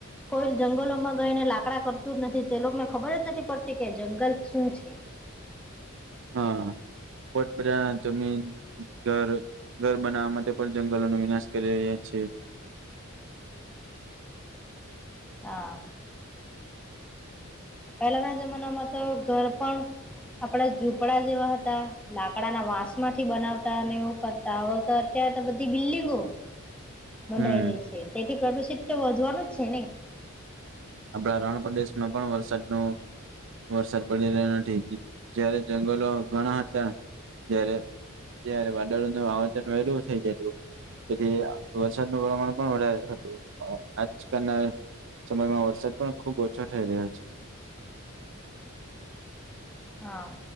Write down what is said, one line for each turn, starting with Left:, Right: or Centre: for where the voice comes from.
Centre: કોઈ જંગલોમાં ગઈ ને લાકડા કરતું જ નથી. તે લોકોને ખબર જ નથી પડતી કે જંગલ શું છે?
Right: હા પોતપોતાના જમીન, ઘર ઘર બનાવવા માટે પણ જંગલોનો વિનાશ કરી રહ્યા છે.
Centre: હા. પહેલાના જમાનામાં તો ઘર પણ આપડા ઝૂપડા જેવા હતા. લાકડાના વાંસ માંથી બનાવતા અને એવું કરતા અવે અત્યારે તો બધી બિલ્ડીંગો બંધાઈ
Right: હમ
Centre: રહી છે. તેથી પ્રદુષિત તો વધવાનું જ છે ને.
Right: આપડા રણપદેશ માં પણ વરસાદ નું વરસાદ પડી રહ્યો નથી. જયારે જંગલો ઘણા હતા જારે ત્યારે વાદળ <inaudible> થઇ જતું. તેથી વરસાદનું પ્રમાણ પણ વધારે થતું. આજકાલના સમયમાં વરસાદ પણ ખુબ ઓછો થઈ રહ્યો છે.
Centre: હા